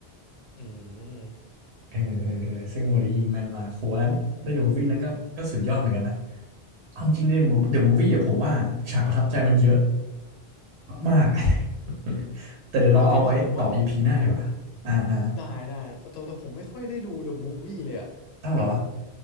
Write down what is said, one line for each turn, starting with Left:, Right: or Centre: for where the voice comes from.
Left: อืม
Right: เออเออเออซึ่งโมลี่ยิงแม่นมากโหอัวนั้นได้ดูมูฟวี่นั้นก็ก็สุดยอดเหมือนกันนะเอาจริงเดอะมูฟเดอะมูฟวี่อะผมว่าฉากประทับใจมันเยอะมากๆ <laughs> แต่เดี๋ยวเราเอาไว้ต่ออีพีหน้าดีกว่าอ่าอ่า
Left: เอาจริงว่าผมอ่ะ ได้ได้แต่แต่แต่ผมไม่ค่อยได้ดู The Movie เลยอ่ะ
Right: เอ้าเหรอ